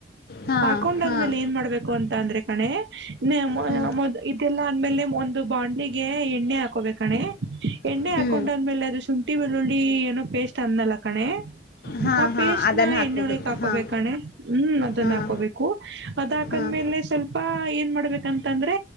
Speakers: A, on the left (about 55°); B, on the right (about 75°).
A: ಹಾಂ
B: ಹಾಕೊಂಡಾದ್ಮೇಲೆ
A: ಹಾಂ
B: ಏನ್ ಮಾಡ್ಬೇಕು ಅಂತ ಅಂದ್ರೆ ಕಣೆ ನಿನ್ನೆ ಮೊ
A: ಹ್ಞೂ
B: ಮೊದಲ ಇದೆಲ್ಲಾ ಅಂದ್ಮೇಲೆ ಒಂದು ಬಾಂಡ್ಲೀಗೆ ಎಣ್ಣೆ ಹಾಕೋಬೇಕ ಕಣೆ ಎಣ್ಣೆ
A: ಹ್ಞೂ
B: ಹಾಕೊಂಡ ಆದ್ಮೇಲೆ ಅದು ಶುಂಠಿ ಬೆಳ್ಳುಳ್ಳಿ ಏನೋ ಪೇಸ್ಟ್ ಅಂದಲ್ಲ ಕಣೆ
A: ಹಾಂ
B: ಆ
A: ಹಾಂ
B: ಪೇಸ್ಟ್
A: ಅದನ್ನು
B: ನ
A: ಹಾಕ್ಕೋಬೇಕು
B: ಎಣ್ಣೊಳ್ಕ್ ಹಾಕೋಬೇಕಣೆ
A: ಹಾಂ
B: ಹ್ಮ್ ಅದನ್ನ
A: ಹಾಂ
B: ಹಾಕೋಬೇಕು ಅದಆದ ಮುಖದ್ದ್ಮೇಲೆ
A: ಹಾಂ
B: ಹಂಗೆ ಸ್ವಲ್ಪ ಏನ್ ಮಾಡ್ಬೇಕಂತ ಅಂದ್ರೆ